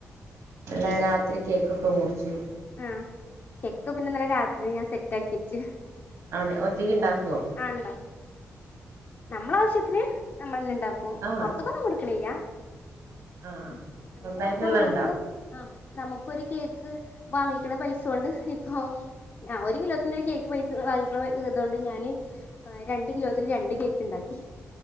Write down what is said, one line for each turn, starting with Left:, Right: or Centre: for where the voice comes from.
Right: ഇന്നലെ രാത്രി കേക്കൊക്കെ മുറിച്ചു
Left: ആഹ് കേക്കൊക്കെ പിന്നെ ഇന്നലെ രാത്രി ഞാൻ സെറ്റാക്കി വച്ച്
Right: ആണ് ഒറ്റയ്ക്ക് ഇണ്ടാക്കോ
Left: ആ ഇണ്ടാക്കും നമ്മളെ ആവശ്യത്തിന് നമ്മളന്നെ ഇണ്ടാക്കും
Right: ആഹ്
Left: പൊറത്ത്ക്കൊന്നും കൊടുക്കണില്ല
Right: ആഹ് ആഹ്
Left: ഉം അങ്ങനെ
Right: സ്വന്തമായിട്ടുള്ളത്
Left: ആവുമ്പോ നമുക്കും
Right: ഉണ്ടാക്കും
Left: ആഹ് നമ്മുക്കൊരു കേക്ക് വാങ്ങിക്ക്ണ പൈസകൊണ്ട് ഇപ്പൊ ആ ഒരു കിലോത്തിനൊരു കേക്ക് പൈസ വാങ്ങിക്ക്ണ ഇതുകൊണ്ട് ഞാന് രണ്ട് കിലോത്തിന് രണ്ട് കേ ക്ക് ഇണ്ടാക്കി